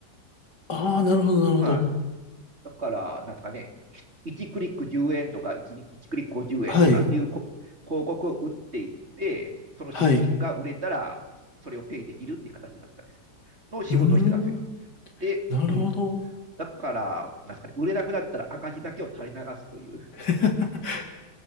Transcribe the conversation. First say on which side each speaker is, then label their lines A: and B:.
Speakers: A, on the left; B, on the right.
A: ああ、なるほど、なるほど。
B: はい。だから、なんですかね、1クリック10円とか1、1クリック50円とかいう広告を打っていって、
A: はい。
B: その商品が売れたら、
A: はい。
B: それをペイできるっていう形だったんですよ。の仕事をしてたんですよ。
A: うーん、
B: で、
A: なるほど。
B: うん。だから、なんですかね、売れなくなったら赤字だけを垂れ流すという、
A: <laughs>